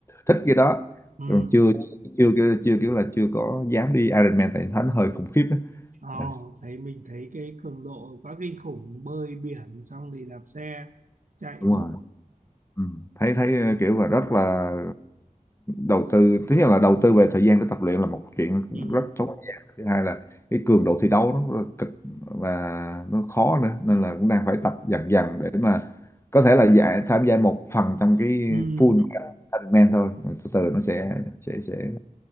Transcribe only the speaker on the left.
thích cái đó
còn chưa chưa chưa, kiểu là chưa có dám đi Ironman tại thấy nó hơi khủng khiếp á
Ừ,
đúng
rồi Ừ. thấy thấy ờ, kiểu là rất là đầu tư thứ nhất là đầu tư về thời gian để tập luyện là một chuyện
rất tốn thời gian thứ hai là cái cường độ thi đấu nó rất là cực và nó khó nữa nên là cũng đang phải tập dần dần để mà có thể là giải, tham gia một phần trong cái
full Ironman thôi Rồi từ từ nó sẽ sẽ sẽ